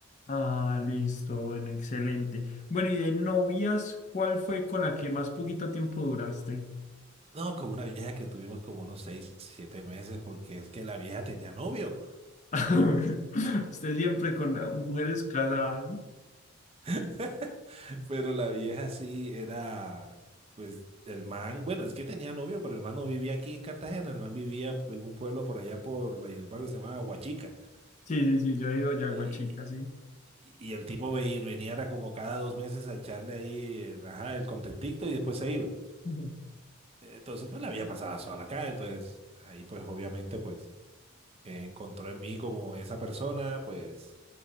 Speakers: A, on the left; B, on the right.
A: Ah, listo, bueno, excelente. Bueno, y de novias, ¿cuál fue con la que más poquito tiempo duraste?
B: No, con una vieja que tuvimos como unos seis, siete meses, porque es que la vieja tenía novio,
A: <laughs> Usted siempre con eh, mujeres casadas. ¿no?
B: <laughs> pero la vieja sí era, pues el man, bueno, es que tenía novio, pero el man no vivía aquí en Cartagena, el man vivía en un pueblo por allá por Valledupar que se llamaba Huachica.
A: Sí, sí, sí, yo he ido Yaguachica,
B: Y,
A: sí.
B: y el tipo ve- venía, era como cada dos meses a echarle ahí, eh, ajá, el contentito y después se iba.
A: <laughs>
B: Entonces, pues la vida pasaba sola acá, entonces ahí pues obviamente pues eh, encontró en mí como esa persona pues